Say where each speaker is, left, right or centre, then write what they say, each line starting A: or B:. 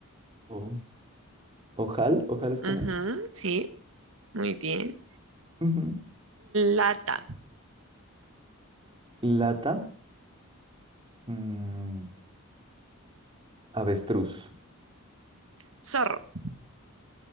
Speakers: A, on the right; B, on the right.
A: o- Ojal, ojal
B: <laughs>
A: es
B: Ujú,
A: con O.
B: sí, muy bien.
A: Ujú.
B: Lata,
A: Lata. mm, avestruz.
B: zorro,